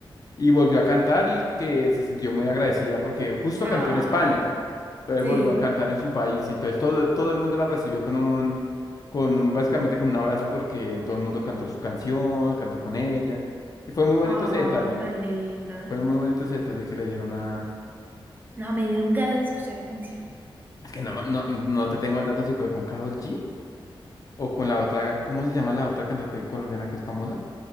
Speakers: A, on the left; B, on the right.
A: y volvió a cantar y que se sintió muy agradecida porque justo
B: Ah,
A: cantó en España. Entonces
B: sí.
A: volvió a cantar en su país. Entonces todo, todo el mundo la recibió con un, con un- básicamente con un abrazo porque todo el mundo cantó su canción, cantó con ella. Y fue muy bonito
B: Ah,
A: ese detalle.
B: tan linda.
A: Fue muy bonito ese detalle que le dieron a...
B: No, me dieron ganas de escuchar la canción.
A: Es que no, ma- no, no te tengo el dato si fue con Karol G o con la otra, ¿cómo se llama la otra cantante colombiana que es famosa?